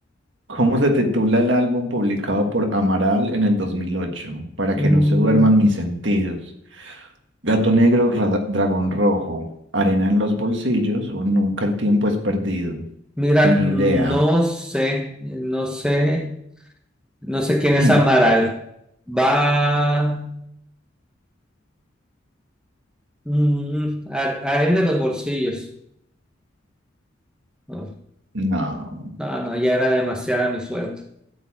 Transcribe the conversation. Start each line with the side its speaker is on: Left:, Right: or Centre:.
Right: ¿Cómo se titula el álbum publicado por Amaral en el 2008? Para
Centre: Mm,
Right: que no se duerman mis sentidos. Gato negro, ra- dragón rojo, arena en los bolsillos o nunca el tiempo es perdido.
Centre: Mira,
Right: Ni
Centre: no
Right: idea.
Centre: sé, no sé, no sé quién es
Right: Hmm,
Centre: Amaral. Va mm, a- arena en los bolsillos. No,
Right: No.
Centre: no, no, ya era demasiada mi suerte.